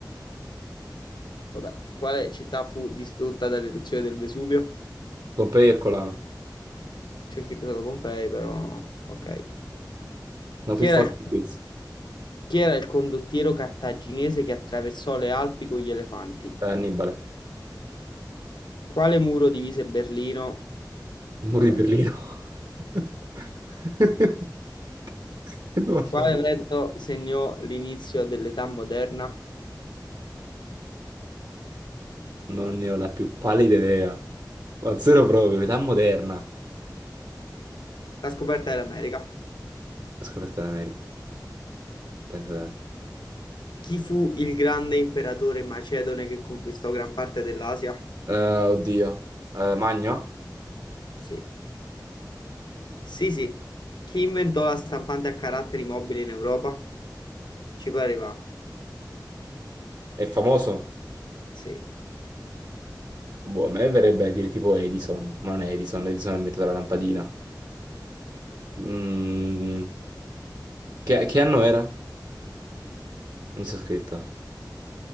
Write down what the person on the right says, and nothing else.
Pompei e Ercolano.
No,
più forte
di quiz.
Eh, Annibale.
Il muro
di Berlino. <laughs> Che domanda
è?
Non ne ho la più pallida idea. Ma zero proprio, l'età moderna.
La scoperta dell'America. Pensa te.
Eh, oddio. Eh, Magno?
È famoso?
Boh, a me verrebbe a dire tipo Edison, ma non è Edison, Edison ha inventato la lampadina. Mm, che, che anno era? Non si è scritto.